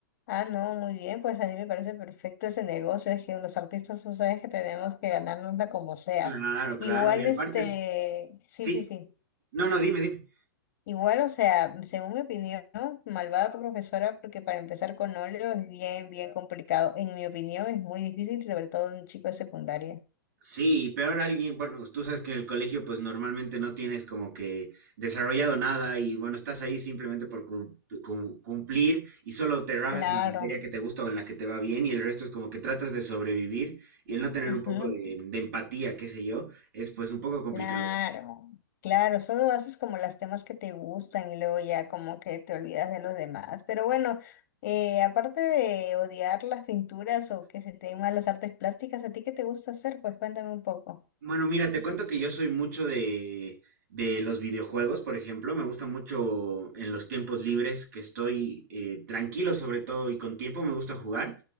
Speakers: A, on the left; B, on the right.
A: Ah, no, muy bien, pues a mí me parece perfecto ese negocio, es que los artistas, tú sabes que tenemos que ganárnosla como sea.
B: Claro, claro,
A: Igual,
B: y aparte,
A: este,
B: s-
A: sí,
B: sí,
A: sí, sí.
B: no, no, dime, dime.
A: Igual, o sea, según mi opinión, malvada tu profesora, porque para empezar con óleo es bien, bien complicado. En mi opinión, es muy difícil, sobre todo en un chico de secundaria.
B: Sí, y peor alguien, bueno, tú sabes que en el colegio pues normalmente no tienes como que desarrollado nada y bueno, estás ahí simplemente por cu- cu- cumplir y solo te rajas
A: Claro.
B: en la materia que te gusta o en la que te va bien y el resto es como que tratas de sobrevivir y el no tener
A: Ujú.
B: un poco de, de empatía, qué sé yo, es pues un poco complicado.
A: Claro, claro, solo haces como las temas que te gustan y luego ya como que te olvidas de los demás. Pero bueno, eh, aparte de odiar las pinturas o que se te den mal las artes plásticas, ¿a ti qué te gusta hacer? Pues cuéntame un poco.
B: Bueno, mira, te cuento que yo soy mucho de, de los videojuegos, por ejemplo. Me gusta mucho en los tiempos libres que estoy eh, tranquilo sobre todo y con tiempo me gusta jugar.